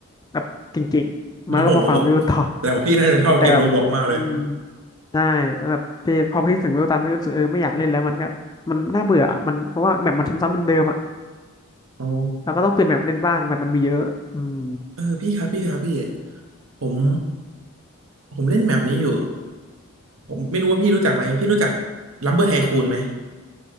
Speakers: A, on the left; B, on the right.
A: แบบเก่งๆมาก็มาฟาร์มวิวต่อ
B: โอ้โหแต่ว่าพี่น่าจะชอบเกมโรบล็อกมากเลย
A: แต่แบบอืมใช่แล้วแบบพี่พอพี่ถึงวิวตันพี่รู้สึกเออไม่อยากเล่นแล้วมันก็มันน่าเบื่ออะมันเพราะว่าแบบมันซ้ำๆเดิมๆอ่ะ
B: อ๋อ
A: เราก็ต้องเปลี่ยนแมปเล่นบ้างแบบมันมีเยอะอืม
B: เออพี่ครับพี่ครับพี่ผมผมเล่นแมปนี้อยู่ ผมไม่รู้ว่าพี่รู้จักไหมพี่รู้จักลัมเบอร์ไทคูนไหม